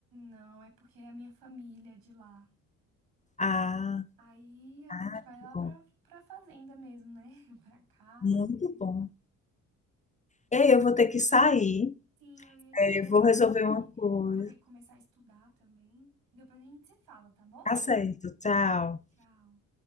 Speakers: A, on the right; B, on the left.
A: Não, é porque é a minha família é de lá.
B: Ah,
A: Aí a
B: ah,
A: gente vai
B: que
A: lá
B: bom.
A: pra, pra fazenda mesmo, né? <laughs> Pra casa
B: Muito
A: dele.
B: bom. Ei, eu vou ter que sair,
A: Sim, eu ia te
B: é,
A: falar
B: vou
A: agora
B: resolver uma
A: que
B: coisa.
A: eu vou ter que começar a estudar também. Depois a gente se fala, tá bom?
B: Tá certo, tchau.
A: Tchau.